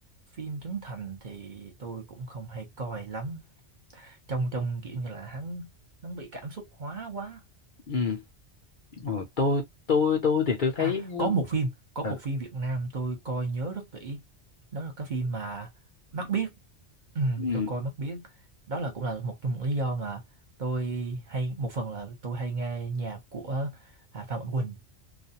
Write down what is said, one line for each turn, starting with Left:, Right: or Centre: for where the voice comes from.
Right: phim Trấn Thành thì tôi cũng không hay coi lắm. Trong trong kiểu như là hắn hắn bị cảm xúc hóa quá
Left: ừ ừ Ờ, tôi tôi tôi thì tôi thấy
Right: À, có một phim, có một
Left: ừ
Right: phim Việt Nam tôi coi nhớ rất kỹ. Đó là cái phim mà Mắt Biếc. Ừ,
Left: ừ
Right: tôi coi Mắt Biếc. Đó là cũng là một trong những lý do mà tôi hay một phần là tôi hay nghe nhạc của à, Phan Mạnh Quỳnh.